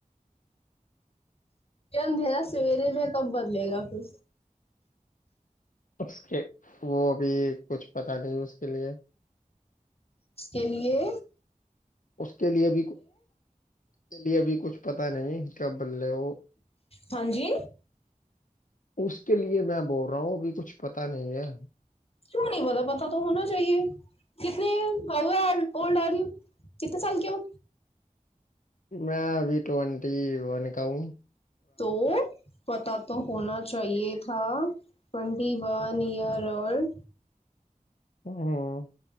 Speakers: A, on the left; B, on the left.
A: ਅੰਧੇਰਾ ਸਵੇਰੇ ਮੈਂ ਕਮ ਬਦਲੇਗਾ ਫਿਰ
B: ਉਸ ਕੇ ਉਹ ਵੀ ਕੁਛ ਪਤਾ ਨਹੀਂ ਉਸਕੇ ਲਏ
A: ਉਸਕੇ ਲੀਏ
B: ਉਸ ਕੇ ਲ ਵੀ ਉਸ ਲ ਵੀ ਕੁਛ ਪਤਾ ਨਹੀਂ ਬਦਲੇ ਵੋ ਉਹ
A: ਹਾਂਜੀ
B: ਉਸਕੇ ਲਈ ਮੈਂ ਬੋਲ ਰਿਹਾ ਹ ਅ ਕੁੱਛ ਪਤਾ ਨਹੀ ਹੈ
A: ਕਿਉ ਨਹੀਂ ਪਤਾ ਪਤਾ ਤਾਂ ਹੋਣਾ ਚਾਹੀਏ ਕਿਤਨੀ ਆਊ ਓਲਡ ਆਰ ਕਿਤਨੇ ਸਾਲ ਕੀ ਹੋ
B: ਮੈਂ ਵੀ ਟਵੰਟੀ ਵਨ ਕਾ ਹੂੰ
A: ਤੋ ਪਤਾ ਤਾਂ ਹੋਣਾ ਚਾਹੀਏ ਥਾ ਟਵੈਂਟੀ ਵਨ ਈਅਰ ਓਲਡ
B: ਹਮ